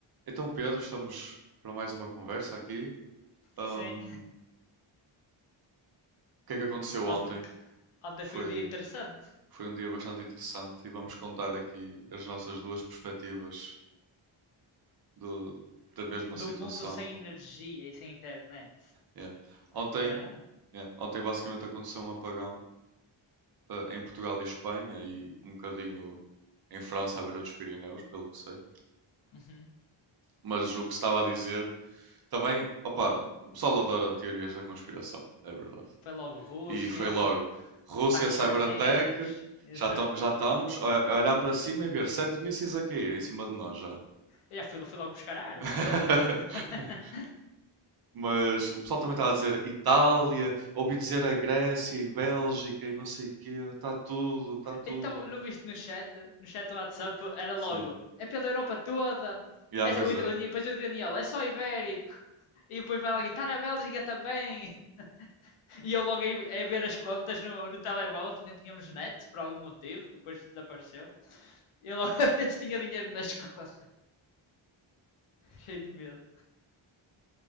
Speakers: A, on the right (about 50°); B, on the left (about 80°).
A: Então, Pedro, estamos para mais uma conversa aqui. Ahm,
B: Sim,
A: o que é que aconteceu
B: ontem,
A: ontem?
B: ontem
A: Foi,
B: foi um dia interessante.
A: foi um dia bastante interessante e vamos contar aqui as nossas duas perspectivas do- da mesma
B: Do
A: situação.
B: mundo sem energia e sem internet.
A: Yeah. Ontem,
B: É verdade.
A: yeah, ontem basicamente aconteceu um apagão, ah, em Portugal e Espanha e um bocadinho em França, à beira dos Pirineus, pelo que sei.
B: Uhum.
A: Mas o que se estava a dizer também, opa, o pessoal adora teorias da conspiração, é verdade.
B: Foi logo Rússia,
A: E foi logo Rússia
B: ataques
A: Cyberattack.
B: cibernéticos. <laughs>
A: Já,
B: Exato.
A: tam- já estamos a a olhar para cima e ver sete mísseis a cair em cima de nós já.
B: Eu já fui, fui logo buscar a arma,
A: <laughs>
B: eu. <laughs>
A: Mas o pessoal também está a dizer Itália, ouvi dizer a Grécia e Bélgica e não sei o quê. Está tudo, está tudo.
B: então, não viste no chat? No chat do WhatsApp era
A: Sim.
B: logo. É pela Europa toda.
A: Já,
B: É,
A: pois
B: o, o,
A: é.
B: depois o Daniel, é só ibérico. E depois mais alguém, está na Bélgica também. <laughs> E eu logo aí a ver as contas no, no telemóvel, que ainda tínhamos net, por algum motivo, que depois desapareceu. Eu logo <laughs> a ver tinha dinheiro nas <laughs> contas. Cheio de medo.